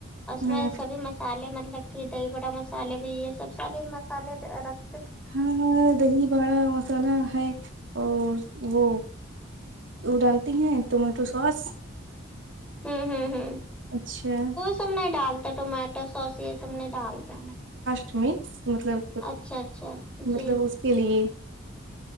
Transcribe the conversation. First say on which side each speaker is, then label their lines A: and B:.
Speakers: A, in the centre; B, on the right.
A: اس
B: ہاں
A: میں سبھی مسالے مطلب کی دہی بڑا مسالے بھی یے سب ساری مسالے رکھ
B: ہاں دہی باڑا مسالا ہے اور وہ وہ ڈالتی ہیں ٹمیٹو سوس
A: ہمہمہم
B: اچھا
A: تم نہیں ڈالتے ٹومیٹو سوس یے سب نہیں ڈالتے
B: ٹومیٹکس مطلب
A: اچھا اچھا
B: مطلب
A: جی
B: اس کے لیے